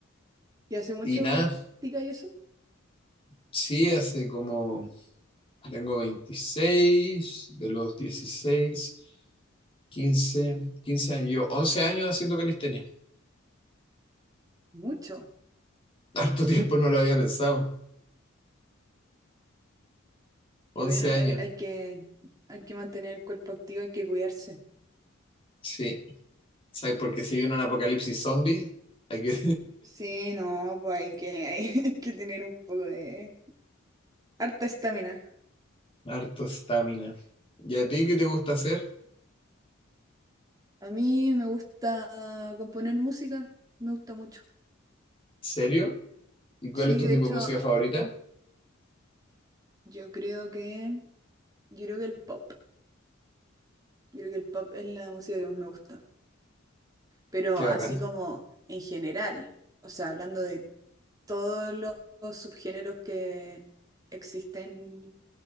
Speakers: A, on the right (about 20°); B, on the left (about 25°).
A: ¿Y hace mucho
B: y nada,
A: práctica y eso?
B: sí, hace como, tengo 26 de los 16 quince quince años, yo 11 años haciendo calistenia,
A: Mucho.
B: <laughs> harto tiempo no lo había pensado, 11
A: Que bueno, hay,
B: años,
A: hay que, hay que mantener el cuerpo activo, hay que cuidarse.
B: sí, ¿Sabes? Porque si viene un apocalipsis zombie, hay que...
A: Sí, no, pues hay que, <laughs> hay que tener un poco de harta estamina.
B: <laughs> Harto estamina. ¿Y a ti qué te gusta hacer?
A: A mí me gusta componer música, me gusta mucho.
B: ¿Serio? ¿Y cuál
A: Sí,
B: es tu
A: de
B: tipo
A: hecho,
B: de música favorita?
A: yo creo que, yo creo que el pop, yo creo que el pop es la música que más me gusta. Pero
B: Qué
A: así
B: bacán.
A: como en general, o sea, hablando de todos los, los subgéneros que existen,